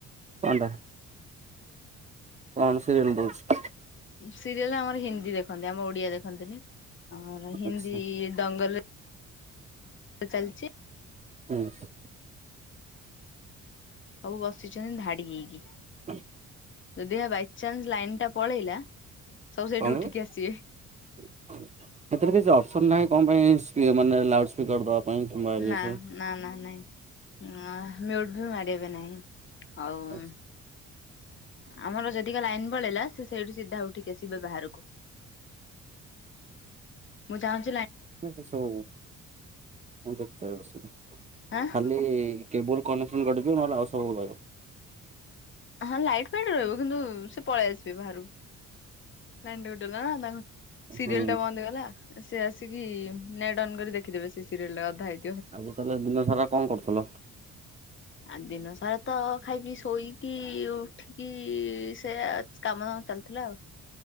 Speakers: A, on the right; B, on the left.
A: କଣଟା କଣ ସିରିଏଲ୍ ଦଉଛି।
B: ସିରିଏଲ ଆମର ହିନ୍ଦୀ ଦେଖନ୍ତି ଆମ ଓଡିଆ ଦେଖନ୍ତିନି। ଆମର
A: ଆଚ୍ଛା
B: ହିନ୍ଦୀ ଦଙ୍ଗଲରେ ଚାଲଛି।
A: ହୁଁ।
B: ସବୁ ବସିଛନ୍ତି ଧାଡି ହେଇକି।
A: ହୁଁ
B: ଯଦି ବାଇଚାନ୍ସ ଲାଇନ ଟା ପଳେଇଲା ସବୁ ସେଇଠୁ
A: କଣ
B: ଉଠିକି
A: କହିଲେ,
B: ଆସିବେ।
A: ଏଥିରେ କିଛି ଅପସନ ନାହିଁ କଣ? ମିନ୍ସ ଇଏ ମାନେ ଲାଉଡ଼ ସ୍ପିକର ଦବା ପାଇଁ କିମ୍ବା ଇଏ
B: ନା
A: ସିଏ।
B: ନା ନା ନାଇଁ ନାହ ମିଉଟ ମାରିବେ ନାହିଁ। ହଉ ଉଁ
A: ଆଚ୍ଛା
B: ଆମର ଯଦିକା ଲାଇନ ପଳେଇଲା ସେ ସେଇଠୁ ସିଧା ଉଠିକି ଆସିବେ ବାହାରକୁ ମୁଁ ଚାହୁଛି
A: ନା ସେ ସବୁ ଅ ଦେଖ୍ ତାଇ ବସରେ
B: ଆଁ।
A: ଖାଲି କେବୁଲ କନେ ପୁଣି କଟିକି ନହେଲେ ଆଉ ସବୁ ରହିବ।
B: ହଁ ଲାଇଟ୍ ଫାଇଟ୍ ରହିବ କିନ୍ତୁ ସେ ପଳେଇ ଆସି ବ୍ୟବହାରୁ ଲାଇନ୍ ଟା କଟିଗଲା ନା ଗ ସିରିଏଲ
A: ହୁଁ
B: ଟା ବନ୍ଦ ହେଇଗଲା। ସେ ଆସିକି ନେଟ୍ ଅନ୍ କରି ଦେଖିଦେବେ ସେ ସିରିଏଲା ଅଧା ହେଇ
A: ଆଜି ତାହଲେ ଦିନ ସାରା କଣ କରୁଥିଲ?
B: ଆ ଦିନ ସାରା ତ ଖାଇ ପିଇ ଶୋଇକି ଉଠିକି ସେ କାମଧାମ ଚାଲିଥିଲା ଆଉ।